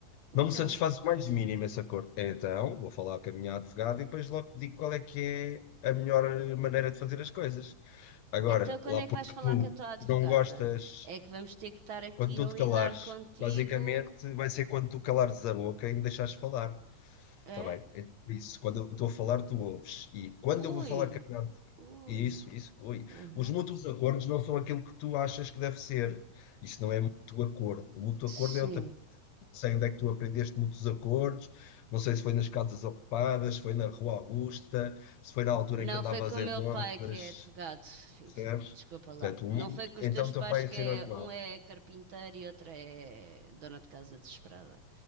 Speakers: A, on the right; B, on the left.
A: então.
B: Não me satisfaz o mais mínimo esse acordo. Então, vou falar com a minha advogada e depois logo te digo qual é que é a melhor eh, maneira de fazer as coisas. Agora,
A: Então, quando
B: lá
A: é
B: porque
A: que vais falar
B: tu
A: com a tua advogada?
B: não gostas,
A: É que vamos ter que estar aqui
B: quando tu
A: a lidar
B: te calares,
A: contigo.
B: basicamente vai ser quando tu calares a boca e me deixares falar.
A: É?
B: Está bem? É por isso, quando eu estou a falar, tu ouves. E quando
A: Ui,
B: eu vou falar com a minha advogada.
A: ui.
B: Isso, isso, ui.
A: Aham.
B: Os mútuos acordos não são aquilo que tu achas que deve ser. Isso não é mútuo acordo. O mútuo
A: Sim.
B: acordo é outra não sei onde é que tu aprendeste muitos acordes, não sei se foi nas casas ocupadas, se foi na Rua Augusta, se foi na altura
A: Não
B: em que andavas
A: foi com o meu
B: em Londres,
A: pai que é advogado, filho.
B: percebes?
A: Desculpa lá.
B: Portanto,
A: Não
B: mu-
A: foi com
B: então
A: os teus
B: o teu
A: pais
B: pai
A: que
B: ensinou-te
A: é,
B: mal.
A: um é carpinteiro e outro é dona de casa desesperada.